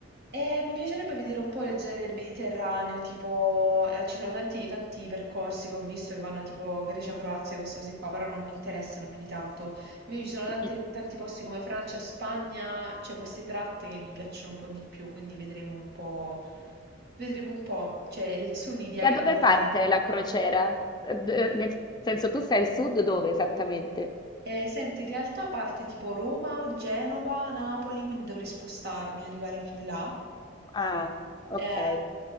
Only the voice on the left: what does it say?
Mm.
Da
dove
parte la crociera? Eh, d- eh, Nel senso, tu sei al sud, dove esattamente?
Ah, ok.